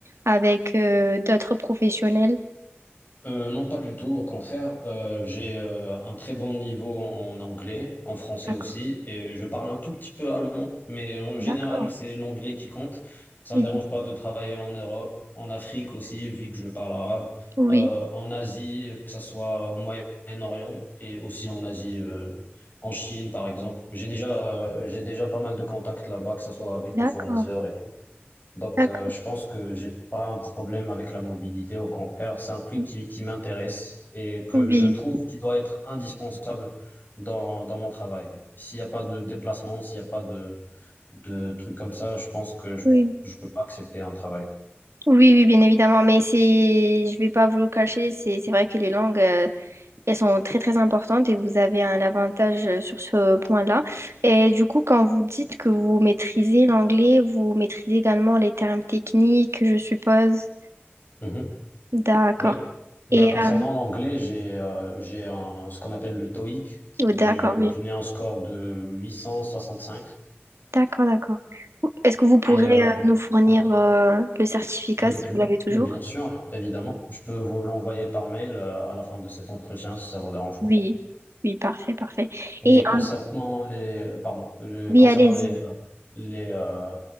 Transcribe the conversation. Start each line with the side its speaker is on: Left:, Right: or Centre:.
Right: avec euh, d'autres professionnels?
Left: Euh, non, pas du tout. Au contraire, euh, j'ai euh, un très bon niveau en anglais, en français
Right: D'accord.
Left: aussi, et je parle un tout petit peu allemand, mais en
Right: D'accord.
Left: général, c'est l'anglais qui compte. Ça
Right: Mhm.
Left: me dérange pas de travailler en Europe, en Afrique aussi, vu que je parle arabe,
Right: Oui,
Left: euh, en Asie, que ce soit au Moyen-Orient et aussi en Asie, euh, en Chine, par exemple. J'ai déjà, euh, j'ai déjà pas mal de contacts là-bas, que ce soit avec
Right: d'accord,
Left: des fournisseurs et tout. Donc,
Right: d'accord.
Left: euh, je pense que j'ai pas un problème avec la mobilité. Au contraire, c'est un prix
Right: Mm.
Left: qui, qui m'intéresse et que
Right: Oui,
Left: je trouve qui doit être indispensable dans, dans mon travail. S'il n'y a pas de déplacement, s'il n'y a pas de, de trucs comme ça, je pense que je,
Right: oui,
Left: je peux pas accepter un travail.
Right: oui, oui, bien évidemment. Mais c'est, je vais pas vous le cacher, c'est, c'est vrai que les langues, euh, elles sont très, très importantes et vous avez un avantage euh, sur ce point-là. Et du coup, quand vous dites que vous maîtrisez l'anglais, vous maîtrisez également les termes techniques, je suppose.
Left: Mhm.
Right: D'accord.
Left: Oui. Bah,
Right: Et,
Left: concernant
Right: euh,
Left: l'anglais, j'ai euh, j'ai un, ce qu'on appelle le TOEIC.
Right: oh, d'accord,
Left: J'ai obtenu
Right: oui.
Left: un score de 865
Right: D'accord, d'accord. Est-ce que vous pourrez
Left: et euh,
Right: euh, nous fournir
Left: ouais.
Right: euh, le certificat
Left: Le document,
Right: si vous l'avez toujours?
Left: bien sûr, évidemment. Je peux vous l'envoyer par mail euh, à la fin de cet entretien si ça vous dérange
Right: Oui,
Left: pas.
Right: oui, parfait, parfait. Et
Left: Et concernant
Right: euh,
Left: les, pardon, le-
Right: oui,
Left: concernant
Right: allez-y.
Left: les, euh, les, euh,